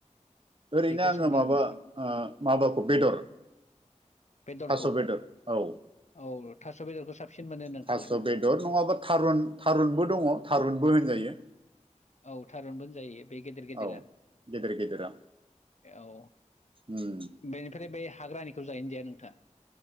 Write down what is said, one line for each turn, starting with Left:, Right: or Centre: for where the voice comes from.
Right: ओरैनो
Left: बेखौ
Right: आङो
Left: सोंदां
Right: माबा
Left: नोंथां
Right: ओ माबाखौ बेदर
Left: बेदरखौ
Right: थास' बेदर औ।
Left: औ थास' बेदरखौ साबसिन मोनो
Right: थास'
Left: नोंथाङा
Right: बेदर नङाबा थारुन थारुनबो दङ थारुनबो होनजायो।
Left: औ थारुनबो जायो बे गेदेर गेदेरा।
Right: औ गेदेर गेदेरा
Left: औ
Right: उम
Left: बेनिफ्राय बे हाग्रानिखौ जायोना जाया नोंथाङा